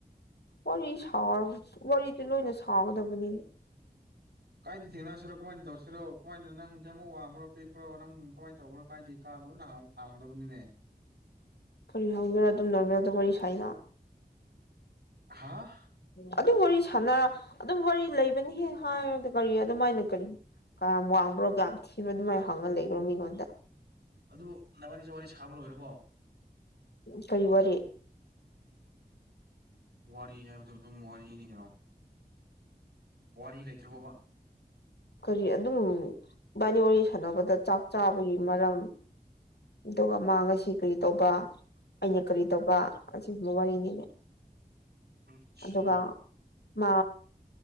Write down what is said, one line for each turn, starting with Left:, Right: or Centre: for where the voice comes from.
Left: ꯋꯥꯔꯤ ꯁꯥ ꯋꯥꯔꯤꯗꯨ ꯂꯣꯏꯅ ꯁꯥꯎꯒꯗꯕꯅꯤꯅ
Right: ꯀꯥꯏꯗ ꯊꯦꯡꯅꯁꯤꯔꯣ ꯀꯃꯥꯏꯅ ꯇꯧꯁꯤꯔꯣ ꯀꯃꯥꯏꯅ ꯅꯪ ꯀꯦ ꯑꯃꯛꯡꯕ꯭ꯔꯣ ꯄꯤꯛꯄ꯭ꯔꯣ ꯅꯪ ꯀꯃꯥꯏꯅ ꯇꯧꯕ꯭ꯔꯣ ꯀꯥꯏꯗꯤ ꯀꯥꯕ꯭ꯔꯣ ꯅꯪ ꯍꯥꯡꯕꯛ ꯍꯥꯡꯒꯗꯕꯅꯤ ꯅꯦ
Left: ꯐꯔꯤ ꯅꯕ ꯑꯗꯨꯝ ꯅꯣꯡꯃꯦꯔꯗ ꯋꯥꯔꯤꯔꯤ ꯁꯥꯏꯅ
Right: ꯍꯥꯥ
Left: ꯑꯗꯨꯝ ꯋꯥꯔꯤ ꯁꯥꯟꯅꯔ ꯑꯗꯨꯝ ꯋꯥꯔꯤ ꯂꯩꯕꯅꯤꯍꯦ ꯍꯥꯏꯔꯗꯤ ꯀꯔꯤ ꯑꯗꯨꯃꯥꯏꯅ ꯀꯔꯤ ꯀꯌꯥꯝ ꯋꯥꯡꯕ꯭ꯔꯣ ꯀ ꯊꯤꯕ ꯑꯗꯨꯃꯥꯏꯅ ꯍꯪꯉ ꯂꯩꯕ꯭ꯔꯣ ꯃꯤꯉꯣꯟꯗ
Right: ꯑꯗꯨ ꯅꯅꯥꯒꯥꯅꯤꯁ ꯋꯥꯔꯤ ꯁꯥꯕ ꯂꯣꯏꯔꯕꯣ
Left: ꯎ ꯀꯔꯤ ꯋꯥꯔꯤ
Right: ꯋꯥꯔꯤ ꯍꯥꯏꯕꯗꯨꯣ ꯑꯗꯨꯝ ꯋꯥꯔꯤꯅꯤ ꯀꯩꯅꯣ ꯋꯥꯔꯤ ꯂꯩꯇ꯭ꯔꯕꯣꯕꯥ
Left: ꯀꯔꯤ ꯑꯗꯨꯝ ꯏꯕꯥꯅꯤ ꯋꯥꯔꯤ ꯁꯥꯟꯅꯕꯗ ꯆꯥꯛ ꯆꯥꯕꯒꯤ ꯃꯔꯝ ꯑꯗꯨꯒ ꯃꯥ ꯉꯁꯤ ꯀꯔꯤ ꯇꯧꯕ ꯑꯩꯅ ꯀꯔꯤ ꯇꯧꯕ ꯑꯁꯤꯒꯨꯝꯕ ꯋꯥꯔꯤꯅꯤꯅꯦ
Right: ꯑꯠꯁꯥ
Left: ꯑꯗꯨꯒ ꯃꯥ